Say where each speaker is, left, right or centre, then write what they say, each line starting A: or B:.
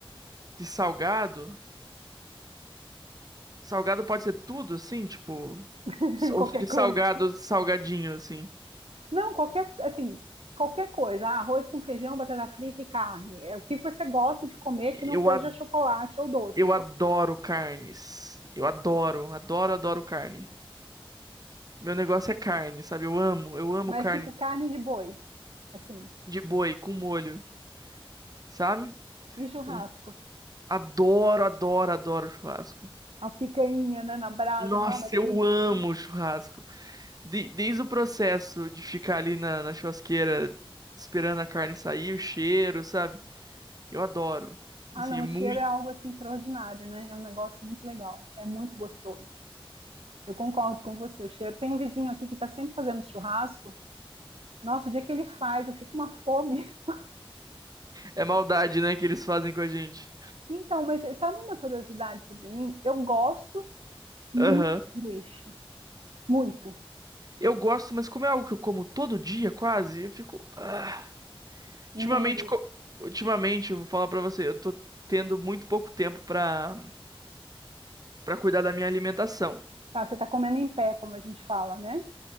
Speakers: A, on the right (about 40°); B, on the right (about 80°).
A: De salgado? Salgado pode ser tudo, assim, tipo.
B: <laughs>
A: Ou
B: Qualquer
A: de
B: coisa?
A: salgado, salgadinho, assim.
B: Não, qualquer, assim, qualquer coisa. Ah, arroz com feijão, batata frita e carne. É o que você gosta de comer
A: Eu,
B: que não seja
A: a-
B: chocolate ou doce.
A: eu adoro carnes. Eu adoro, adoro, adoro carne. Meu negócio é carne, sabe? Eu amo, eu amo
B: Mas,
A: carne
B: tipo, carne de boi, assim,
A: de boi com molho, sabe?
B: e churrasco.
A: Um Adoro, adoro, adoro churrasco.
B: A picanha, né, na brasa,
A: Nossa,
B: não é uma delícia?
A: eu amo churrasco. De- desde o processo de ficar ali na, na churrasqueira esperando a carne sair, o cheiro, sabe? Eu adoro.
B: Ah,
A: Assim,
B: não,
A: é
B: o
A: muito.
B: cheiro é algo assim extraordinário, né? É um negócio muito legal, é muito gostoso. Eu concordo com você, o cheiro. Tem um vizinho aqui que está sempre fazendo churrasco. Nossa, o dia que ele faz, eu fico uma fome. <laughs>
A: É maldade, né, que eles fazem com a gente.
B: Então, mas sabe uma curiosidade sobre mim? Eu gosto muito
A: Aham.
B: de sanduíche, muito.
A: Eu gosto, mas como é algo que eu como todo dia, quase, eu fico. ah. Ultimamente,
B: Entendi.
A: co- ultimamente, eu vou falar pra você, eu tô tendo muito pouco tempo pra, pra cuidar da minha alimentação.
B: Tá, você está comendo em pé, como a gente fala, né?